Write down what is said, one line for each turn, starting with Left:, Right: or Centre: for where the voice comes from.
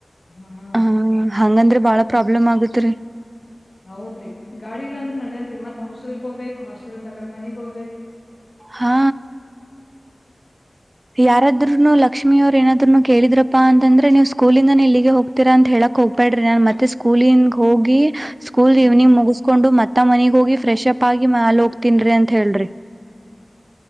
Left: ಹಾ
Right: ಹ
Left: ರೀ
Right: ಹಂಗಂದ್ರೆ ಬಾಳ ಪ್ರಾಬ್ಲಮ್ ಆಗುತ್ತ ತ್ರೇ
Left: ಹೌದ್ರಿ ಗಾಡಿ ಇಲ್ಲಾಂದ್ರ ನಡ್ಯಲ್ರಿ ಮತ್ ಹಾಸ್ಟೆಲ್ ಹೋಗ್ಬೇಕಕ್ ಹಾಸ್ಟೆಲ್ಂದ ಕಡೆ ಮನಗ್ ಹೋಗ್ಬೇಕು
Right: ಹಾ ಯಾರಾದ ಲಕ್ಷ್ಮಿಯವರ ಏನ ಕೇಳಿದ್ರಪ್ಪಾ ಅಂತಾದರೆ ನೀವು ಸ್ಕೂಲಿಂದಾನ ಇಲ್ಲಿಗೆ ಹೋಗ್ತೀರಾ ಅಂತ ಹೇಳಕ್ ಹೋಗ್ಬೇಡ್ರಿ ನಾನ್ ಮತ್ತೆ ಸ್ಕೂಲನ್ ಹೋಗಿ ಸ್ಕೂಲ್
Left: ಹ್ಮ್
Right: ಇವ್ನಿಂಗ್ ಮುಗಿಸ್ಕೊಂಡು ಮತ್ತ ಮನೆಗ್ ಹೋಗಿ ಫ್ರೆಶ್ ಅಪ್ ಆಗಿ ಮ್ಯಾಲ್ ಹೋಗ್ತನ್ರೀ ಅಂತ ಹೇಳ್ರಿ